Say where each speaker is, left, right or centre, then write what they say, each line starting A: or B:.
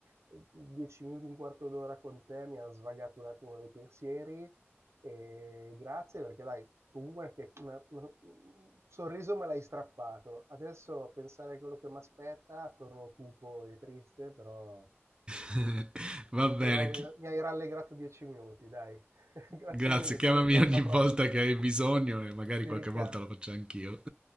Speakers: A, on the right; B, on the right.
A: dieci minuti, un quarto d'ora con te, mi ha svagato un attimo dei pensieri e grazie perché dai, comunque anche una- una- un sorriso me l'hai strappato. Adesso a pensare a quello che mi aspetta, torno cupo e triste, però,
B: <laughs> Va bene,
A: però mi,
B: chi-
A: mi hai rallegrato dieci minuti, dai. <laughs> Grazie
B: Grazie,
A: mille,
B: chiamami
A: ci sentiamo
B: ogni
A: alla prossima.
B: volta che hai bisogno
A: <laughs>
B: e magari
A: Ti
B: qualche
A: richiamo,
B: volta lo faccio anch'io.